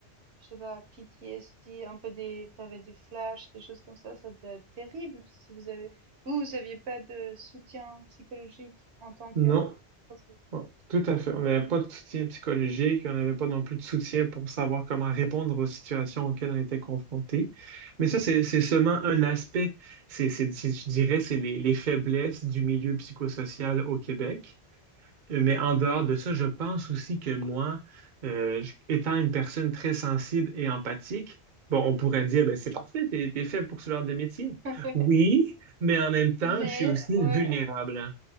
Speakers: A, on the right; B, on the right.
A: je sais pas PTSD, un peu des tu avais des flashs, des choses comme ça, ça devait être terrible si vous avez vous vous aviez pas de soutien psychologique en tant que
B: Non,
A: professeur.
B: Ouais, tout à fait. On n'avait pas de soutien psychologique, on n'avait pas non plus de soutien pour savoir comment répondre aux situations auxquelles on était confronté. Mais ça, c'est, c'est seulement un aspect. C'est, c'est- c'est- je dirais, c'est les, les faiblesses du milieu psychosocial au Québec. Euh, Mais
A: Mhm.
B: en dehors de ça, je pense aussi que moi, euh, je- étant une personne très sensible et empathique, bon, on pourrait dire, ben, c'est parfait, t'es, t'es fait pour ce genre de métier.
A: <laughs>
B: Oui, mais en même temps,
A: Mais
B: je suis aussi
A: ouais,
B: vulnérable, hein.